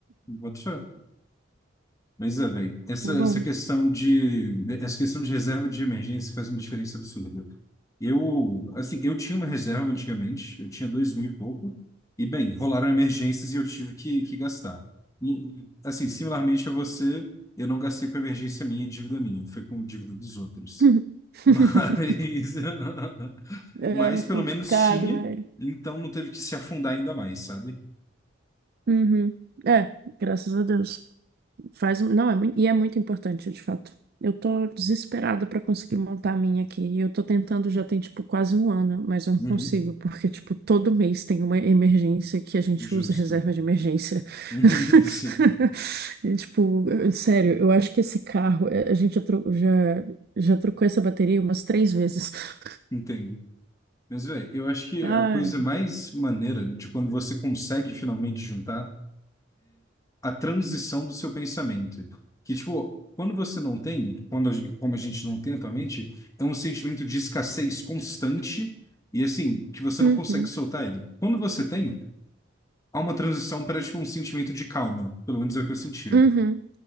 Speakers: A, on the left; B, on the right.
A: Boto fé. Mas é, velho, essa,
B: Foi
A: essa
B: bom.
A: questão de essa questão de reserva de emergência faz uma diferença absurda. Eu, assim, eu tinha uma reserva antigamente, eu tinha dois mil e pouco, e bem, rolaram emergências e eu tive que, que gastar. E, assim, similarmente a você, eu não gastei com emergência minha e dívida minha, foi com dívida dos outros.
B: <laughs>
A: Mas, <laughs>
B: É
A: mas pelo
B: complicado,
A: menos tinha,
B: velho.
A: então não teve que se afundar ainda mais, sabe?
B: Uhum. É, graças a Deus. Faz, um- não, é muito, e é muito importante, de fato. Eu tô desesperada pra conseguir montar a minha aqui. E eu tô tentando já tem, tipo, quase um ano, mas eu não
A: Uhum,
B: consigo, porque, tipo, todo mês tem uma emergência que a gente
A: justo.
B: usa reserva de emergência.
A: <laughs>
B: <laughs>
A: Sim,
B: E, tipo, eu- sério, eu acho que esse carro, é, a gente já, tro- já, já trocou essa bateria umas três vezes. <laughs>
A: entendo. Mas, velho, eu acho que
B: Ai.
A: a coisa mais maneira de quando você consegue finalmente juntar a transição do seu pensamento. Que, tipo, quando você não tem, quando a gen- como a gente não tem atualmente, é um sentimento de escassez constante e, assim, que você
B: Uhum.
A: não consegue soltar ele. Quando você tem, há uma transição para, tipo, um sentimento de calma. Pelo menos é o que eu sentia.
B: Uhum.